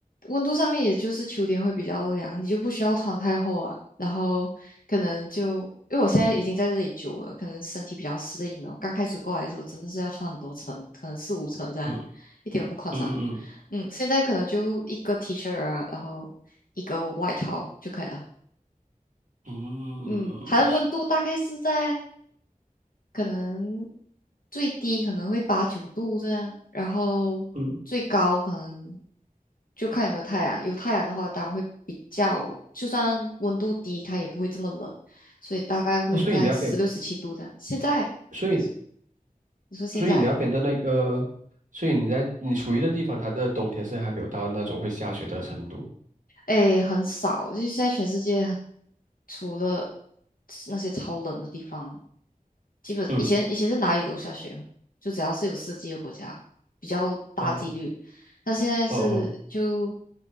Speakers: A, on the left; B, on the right.
A: 温度上面也就是秋天会比较凉，你就不需要穿太厚啊。然后可能就因为我现在已经在这里久了，可能身体比较适应了。我刚开始过来的时候真的是要穿很多层，可能四五层这样，
B: 嗯
A: 一点都不夸张。
B: 嗯嗯
A: 嗯，现在可能就一个 T 恤啊，然后一个外套就可以了。
B: 嗯嗯所
A: 嗯，它的温度大概是在可能最低可能会八九度这样，然后最高可能
B: 嗯，
A: 就看有没有太阳。有太阳的话，当然会比较，就算温度低，它也不会这么冷，所以大概会在十六、
B: 哦，所以你那边，
A: 十七度这样。现在，
B: 所以
A: 你说你说现在，
B: 所以你那边的那个，所以你在你处于的地方，它的冬天是还没有到那种会下雪的程度。
A: 哎，很少，就现在全世界除了那些超冷的地方，基本以前以前是哪里都下雪啊，
B: 嗯，
A: 就只要是有四季的国家，比较大几率。
B: 哦
A: 但现在是就
B: 哦哦，